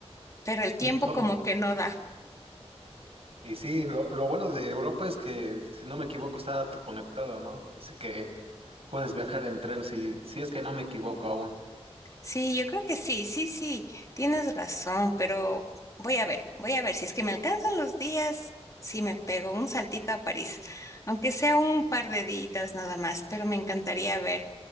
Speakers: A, on the left (about 30°); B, on the right (about 65°).
A: Pero el tiempo
B: No.
A: como que no da.
B: Y sí, lo, lo bueno de Europa es que, si no me equivoco, está conectada, ¿no? Así que puedes viajar en tren si, si es que no me equivoco aún.
A: Sí, yo creo que sí, sí, sí, tienes razón, pero voy a ver, voy a ver si es que me alcanzan los días, sí me pego un saltito a París, aunque sea un par de días nada más, pero me encantaría ver.